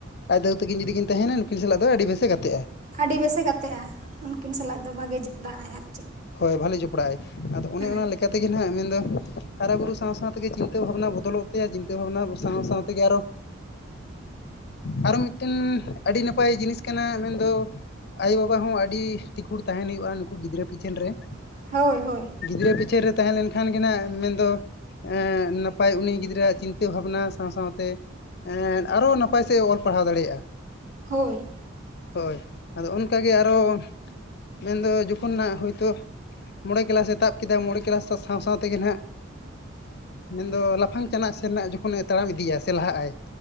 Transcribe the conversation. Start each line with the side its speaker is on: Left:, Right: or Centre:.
Left: ᱟᱡ ᱫᱟᱫᱩ ᱛᱟᱹᱠᱤᱱ ᱡᱩᱫᱤ ᱠᱤᱱ ᱛᱟᱦᱮᱱᱟ ᱱᱩᱠᱤᱱ ᱥᱟᱞᱟᱜ ᱫᱚ ᱟᱹᱰᱤ ᱵᱮᱥᱮ ᱜᱟᱛᱮᱜᱼᱟ ᱾
Right: ᱟᱹᱰᱤ ᱵᱮᱥᱮ ᱜᱟᱛᱮᱜᱼᱟ ᱩᱱᱠᱤᱱ ᱥᱟᱞᱟᱜ ᱫᱚ ᱵᱷᱟᱜᱮ ᱡᱚᱯᱲᱟᱜᱼ ᱟᱭ ᱟᱨ ᱪᱮᱫ
Left: ᱦᱳᱭ ᱵᱷᱟᱞᱮ ᱡᱚᱯᱲᱟᱜ ᱟᱭ ᱟᱫᱚ ᱚᱱᱮ
Right: ᱦᱮᱸ
Left: ᱚᱱᱟ ᱞᱮᱠᱟ ᱛᱮᱜᱮ ᱱᱟᱦᱟᱸᱜ ᱢᱮᱱᱫᱚ ᱦᱟᱨᱟ ᱵᱩᱨᱩ ᱥᱟᱶ ᱥᱟᱶ ᱛᱮᱜᱮ ᱪᱤᱱᱛᱟᱹ ᱵᱷᱟᱵᱽᱱᱟ ᱵᱚᱫᱚᱞᱚᱜ ᱛᱮᱭᱟᱜ ᱪᱤᱱᱛᱟᱹ ᱵᱷᱟᱵᱱᱟ ᱥᱟᱶ ᱥᱟᱶ ᱛᱮᱜᱮ ᱮᱸᱫ ᱟᱨᱚ ᱟᱨᱚ ᱢᱤᱫ ᱴᱮᱱ ᱟᱹᱰᱤ ᱱᱟᱯᱟᱭ ᱡᱤᱱᱤᱥ ᱠᱟᱱᱟ ᱢᱮᱱᱫᱚ ᱟᱭᱳᱼᱵᱟᱵᱟ ᱦᱚᱸ ᱟᱹᱰᱤ ᱛᱤᱠᱷᱩᱲ ᱛᱟᱦᱮᱱ ᱦᱩᱭᱩᱜᱼᱟ ᱱᱩᱠᱩ ᱩᱱᱠᱩ ᱜᱤᱫᱽᱨᱟᱹ ᱯᱤᱪᱷᱚᱱ ᱨᱮ ᱾
Right: ᱦᱳᱭ ᱦᱳᱭ
Left: ᱜᱤᱫᱽᱨᱟᱹ ᱯᱤᱪᱷᱟᱹ ᱨᱮ ᱛᱟᱦᱮᱸ ᱞᱮᱱᱠᱷᱟᱱ ᱜᱮ ᱟᱸᱜ ᱢᱮᱱᱫᱚ ᱮᱸ ᱱᱟᱯᱟᱭ ᱩᱱᱤ ᱜᱤᱫᱽᱨᱟᱹᱣᱟᱜ ᱪᱤᱱᱛᱟᱹ ᱵᱷᱱᱟ ᱵᱷᱟᱵᱽᱱᱟ ᱥᱟᱶ ᱥᱟᱶ ᱛᱮ, ᱮᱸ ᱟᱨᱦᱚ ᱱᱟᱯᱟᱭ ᱥᱮᱫ ᱮ ᱚᱞ ᱯᱟᱲᱦᱟᱣ ᱫᱟᱲᱮᱭᱟᱜᱼᱟ᱾
Right: ᱦᱳᱭ
Left: ᱦᱳᱭ ᱟᱫᱚ ᱚᱱᱠᱟᱜᱮ ᱟᱨᱚ ᱢᱮᱱᱫᱚ ᱡᱚᱠᱷᱚᱱ ᱱᱟᱦᱜ ᱦᱳᱭᱛᱳ ᱢᱚᱬᱮ ᱠᱞᱟᱥ-ᱮ ᱛᱟᱵ ᱠᱮᱫᱟ ᱢᱚᱬᱮ ᱠᱮᱞᱟᱥ ᱥᱟᱶ ᱥᱟᱶ ᱛᱮᱜᱮ ᱱᱟᱦᱟᱜ ᱢᱮᱱᱫᱚ ᱞᱟᱯᱷᱟᱝ ᱪᱟᱱᱟ ᱥᱮᱱᱟᱜ ᱡᱚᱠᱷᱚᱱᱮ ᱛᱟᱲᱟᱢ ᱤᱫᱤᱭᱟ ᱥᱮ ᱞᱟᱦᱟᱜᱼᱟᱭ